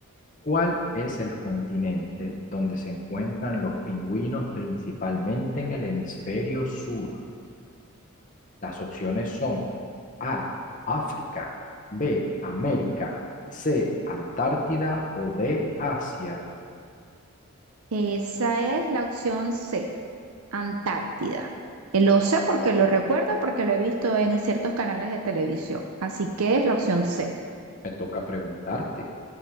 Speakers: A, on the left (about 35°); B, on the right (about 80°).
A: ¿Cuál es el continente donde se encuentran los pingüinos principalmente en el hemisferio sur? Las opciones son A, África, B, América, C, Antártida o D, Asia.
B: Esa es la opción C, Antártida. Eh, Lo sé porque lo recuerdo, porque lo he visto en ciertos canales de televisión, así que es la opción C.
A: Me toca preguntarte.